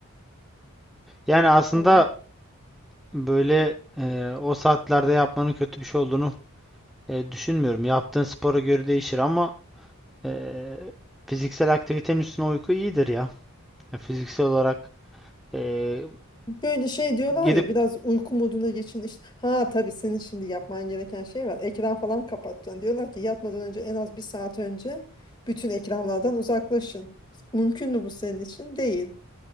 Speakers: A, in the centre; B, on the left.
A: Yani aslında
B: Olmadı.
A: böyle e, o saatlerde yapmanın kötü bir şey olduğunu e, düşünmüyorum. Yaptığın spora göre değişir ama e, fiziksel aktivitenin üstüne uyku iyidir ya. Yani fiziksel olarak e,
B: Böyle şey diyorlar
A: gidip
B: ya biraz uyku moduna geçin. İşte, ha tabii senin şimdi yapman gereken şey var. Ekran falan kapatacaksın. Diyorlar ki yatmadan önce en az bir saat önce bütün ekranlardan uzaklaşın. Mümkün mü bu senin için? Değil.